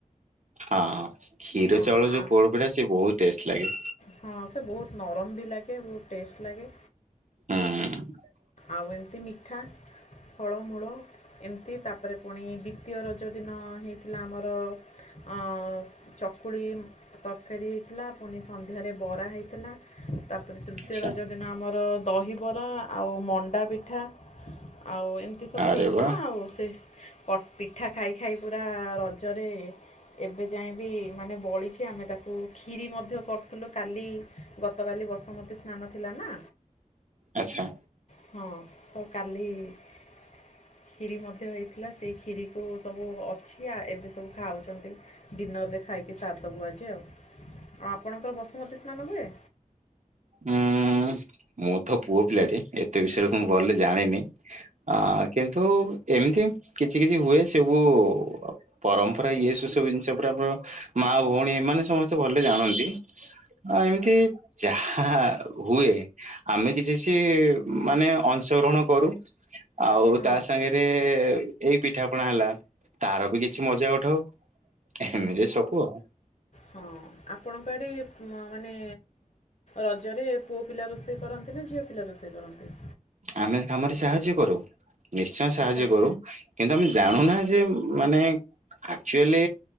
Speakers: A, on the right; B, on the left.
A: ହଁ କ୍ଷୀର
B: ହଁ
A: ଚାଉଳ ଯୋଉ
B: ଆ-
A: ପୋଡ଼ ପିଠା ସେ ବହୁତ ଟେଷ୍ଟ ଲାଗେ।
B: ହଁ ସେ ବହୁତ ନରମ ବି ଲାଗେ ବହୁତ ଟେଷ୍ଟ ଲାଗେ।
A: ହୁଁ।
B: ଆଉ ଏମିତି ମିଠା। ଫଳମୂଳ ଏମିତି ତାପରେ ପୁଣି ଦ୍ଵିତୀୟ ରଜ ଦିନ ହେଇଥିଲା ଆମର ଅଁ ଚକୁଳି ତରକାରୀ ହେଇଥିଲା ପୁଣି ସନ୍ଧ୍ୟାରେ ବରା ହେଇଥିଲା। ତାପରେ ତୃତୀୟ
A: ଆଚ୍ଛା
B: ରଜ ଦିନ ଆମର ଦହିବରା। ଆଉ ମଣ୍ଡା ପିଠା ଆଉ ଏମିତି ସବୁ
A: ଆରେ
B: ହେଇଥିଲା
A: ବା
B: ଆଉ ସେ ପ ପିଠା ଖାଇ ଖାଇ ପୁରା ରଜରେ ଏବେ ଯାଏବି ମାନେ ବଳିଛି ଆମେ ତାକୁ ଖିରି ମଧ୍ୟ କରି ଥିଲୁ କାଲି ଗତକାଲି ବସୁମତୀ ସ୍ନାନ ଥିଲା ନା
A: ଆଚ୍ଛା।
B: ହଁ ତ କାଲି କ୍ଷୀରମ ମଧ୍ୟ ହେଇଥିଲା ସେଇ କ୍ଷୀରିକୁ ସବୁ ଅଛି ଆ ଏବେ ସବୁ ଖାଉଛନ୍ତି। ଡିନରରେ ଖାଇକି ସାରିଦବୁ ଆଜି ଆଉ ଆଉ ଆପଣଙ୍କର ବସୁମତୀ ସ୍ନାନ ହୁଏ?
A: ହୁଁ ମୁଁ ତ ପୁଅ ପିଲାଟେ ଏତେ ବିଷୟରେ ମୁଁ ଭଲରେ ଜାଣିନି। ଅ କିନ୍ତୁ ଏମିତି କିଛି କିଛି ହୁଏ ସବୁ ପରମ୍ପରା ଇଏ ସୁସବୁ ଜିନିଷ ପୁରା ଆମର ମା ଭଉଣୀ ଏମାନେ ସମସ୍ତେ ଭଲରେ ଜାଣନ୍ତି। ଏମିତି ଯାହା ହୁଏ ଆମେ କିଛି କିଛି ମାନେ ଅଂଶଗ୍ରହଣ କରୁ। ଆଉ
B: ହଁ।
A: ତା ସାଙ୍ଗରେ ଏଇ ପିଠାପଣା ହେଲା ତାର ବି କିଛି ମଜା ଉଠାଉ ଏମିତି ସବୁ ଆଉ।
B: ହଁ ଆପଣଙ୍କ ଆଡ଼େ ମାନେ ରଜରେ ପୁଅ ପିଲା ରୋଷେଇ କରନ୍ତି? ନା ଝିଅପିଲା ରୋଷେଇ କରନ୍ତି?
A: ଆମେ କାମରେ ସାହାଯ୍ୟ କରୁ ନିଶ୍ଚୟ ସାହାଯ୍ୟ
B: ଆଶା
A: କରୁ କିନ୍ତୁ ଆମେ
B: ହୁଁ
A: ଜାଣୁନା ଯେ ମାନେ ଆକ୍ଚୁଆଲି